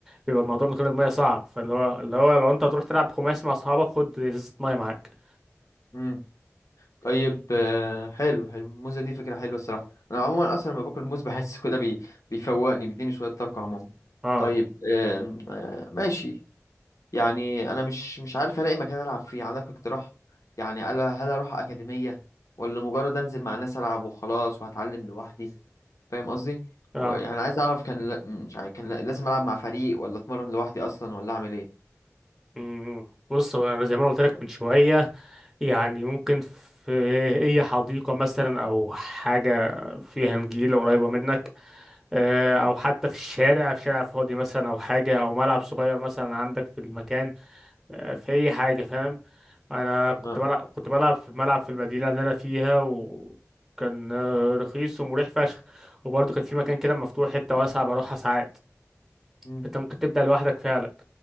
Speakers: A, in the centre; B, on the left.
A: بيبقى الموضوع من غير الميه صعب فاللي هو اللي هو لو انت هتروح تلعب خماسي مع اصحابك خد ازازه ميه معاك
B: امم طيب آه، حلو حلو الموزه دي فكره حلوه الصراحه انا عموما اصلا لما باكل موز بحس كده بي... بيفوقني بيديني شويه طاقه عموما
A: اه
B: طيب آم، آه، ماشي يعني انا مش مش عارف الاقي مكان العب فيه عندك اقتراح يعني هل هل اروح اكاديميه ولا مجرد انزل مع ناس العب وخلاص وهتعلم لوحدي فاهم قصدي
A: اه
B: ويعني عايز اعرف كان لا- مش عارف كان لا- لازم العب مع فريق ولا اتمرن لوحدي اصلا ولا اعمل ايه
A: أمم. بص هو انا زي ما أنا قلت لك من شويه يعني ممكن في اي حديقه مثلا او حاجه فيها نجيله قريبه منك آه، او حتى في الشارع في شارع فاضي مثلا او حاجه او ملعب صغير مثلا عندك في المكان آه، في اي حاجه فاهم انا كنت
B: اه
A: بلعب كنت بلعب في ملعب في المدينه اللي انا فيها وكان آه، رخيص ومريح فشخ وبرضه كان في مكان كده مفتوح حته واسعه بروحها ساعات
B: مم.
A: انت ممكن تبدا لوحدك فعلا